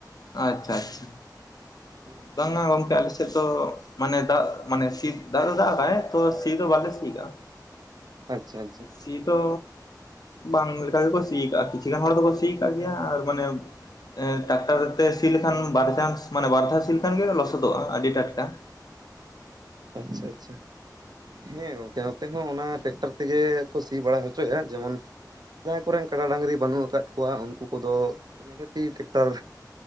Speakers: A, on the left; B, on the right.
A: ᱟᱪᱪᱷᱟ ᱟᱪᱪᱷᱟ
B: ᱦᱩᱸ
A: ᱵᱟᱝᱟ ᱜᱚᱢᱠᱮ ᱟᱞ ᱥᱮᱫ ᱫᱚᱼᱼ ᱢᱟᱱᱮ ᱫᱟᱜ ᱢᱟᱱᱮ ᱥᱤ ᱫᱟ ᱫᱟᱜᱟᱭ ᱛᱚ ᱥᱤ ᱫᱚ ᱵᱟᱞᱮ ᱥᱤᱠᱟ᱾
B: ᱟᱪᱷᱟ ᱟᱪᱷᱟ
A: ᱥᱤ ᱫᱚ ᱵᱟᱝ ᱞᱮᱠᱟ ᱜᱮᱠᱚ ᱥᱤ ᱠᱟᱜᱼᱟ ᱠᱤᱪᱷᱩ ᱜᱟᱱ ᱦᱚᱲ ᱫᱚᱠᱚ ᱥᱤ ᱠᱟᱜ ᱜᱮᱭᱟ ᱟᱨ ᱢᱟᱱᱮᱼᱼ ᱴᱟᱠᱴᱟᱨ ᱛᱮ ᱥᱤ ᱞᱮᱠᱷᱟᱱ ᱵᱟᱭᱪᱟᱱᱥ ᱢᱟᱱᱮ ᱵᱟᱨ ᱫᱷᱟᱣ ᱥᱤ ᱞᱮᱠᱷᱟᱱ ᱜᱮ ᱞᱚᱥᱚᱫᱚᱜᱼᱟ ᱟᱹᱰᱤ ᱴᱟᱴᱠᱟ᱾ ᱟᱨ
B: ᱟᱪᱷᱟ ᱟᱪᱷᱟ ᱦᱮᱸ ᱜᱚᱝᱠᱮ ᱱᱚᱛᱮ ᱦᱚᱸ ᱚᱱᱟ ᱴᱨᱟᱠᱴᱟᱨ ᱛᱮᱜᱮ ᱠᱚ ᱥᱤ ᱵᱟᱲᱟ ᱦᱚᱪᱚᱭᱟ ᱡᱮᱢᱚᱱᱼᱼ ᱡᱟᱦᱟᱸᱭ ᱠᱚᱨᱮᱱ ᱠᱟᱰᱟ ᱰᱟᱹᱝᱨᱤ ᱵᱟᱹᱱᱩᱜ ᱟᱠᱟᱫ ᱠᱚᱣᱟ ᱩᱱᱠᱩ ᱠᱚᱫᱚ ᱱᱤᱦᱟᱹᱛᱤ ᱴᱮᱠᱴᱟᱨ,